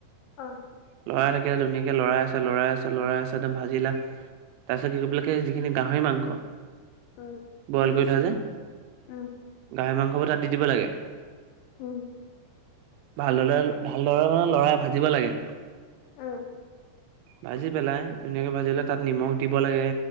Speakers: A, on the left (about 85°); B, on the right (about 85°).
A: অ'।
B: লৰাই থাকিলে ধুনীয়াকে লৰাই আছা, লৰাই আছা, লৰাই আছা একদম ভাজিলা। তাৰপিছত কি কৰিব লাগে যিখিনি গাহৰি মাংস।
A: উম।
B: বইল কৰি থোৱা যে।
A: উম।
B: গাহৰি মাংসবোৰ তাত দি দিব লাগে।
A: উম।
B: ভালদৰে, ভালদৰে মানে লৰাই ভাজিব লাগে।
A: উম
B: ভাজি পেলাই, ধুনীয়াকে ভাজিলে তাত নিমখ দিব লাগে,